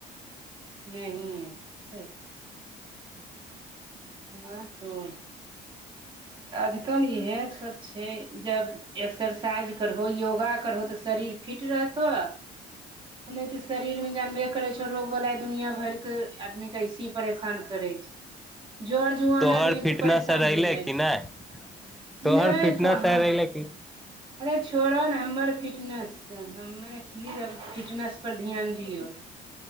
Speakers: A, on the right (about 30°); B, in the centre.
A: नहि हँ तो आजकल ई है सब छै जब एक्सरसाइज करहो योगा करहो तऽ शरीर फिट रहतो आ नहि तऽ शरीर मे जानबे करै छौ रोग वला दुनिया भरिक आदमीे के ऐसे ही परेशान करै छै जर जुआन
B: तोहर
A: आदमी
B: फिटनेस
A: तऽ परेशान
B: आर अयले
A: हो जाय
B: कि
A: छै
B: नहि तोहर
A: नहि
B: फिटनेस
A: कहाँ
B: आर अयले कि
A: अरे छोड़ऽ ने हमर फिटनेसके हमे की आब फिटनेस पर ध्यान दियौ